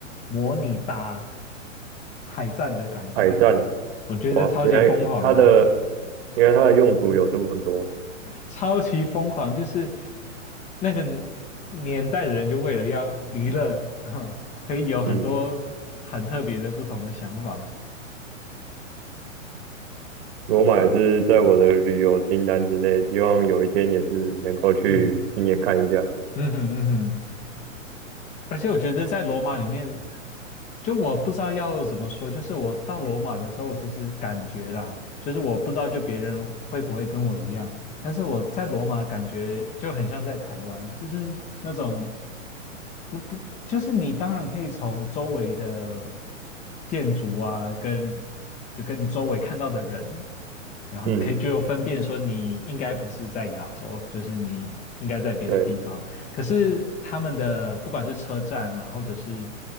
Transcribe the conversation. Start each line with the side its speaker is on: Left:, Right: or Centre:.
Left: 模拟打海战的感觉。
Right: 海战，
Left: 我觉得超级疯狂的，
Right: 哇，原来它的原来它的用途有这么多。
Left: 超级疯狂，就是那个年代的人就为了要娱乐，<laughs> 可以有很多很特别的不同的想法。
Right: 嗯，罗马也是在我的旅游清单之内，希望有一天也是能够去亲眼看一下。
Left: 嗯哼，嗯哼，嗯哼。而且我觉得在罗马里面，就我不知道要怎么说，就是我到罗马的时候，我其实感觉啦，就是我不知道就别人会不会跟我一样，但是我在罗马感觉就很像在台湾，就是那种不不，不就是你当然可以从周围的建筑啊，跟就跟你周围看到的人，然后你可以就分辨说你应该不是在亚洲，
Right: 嗯。
Left: 就是你应该在别的地方。
Right: 对，
Left: 可是他们的不管是车站啊，或者是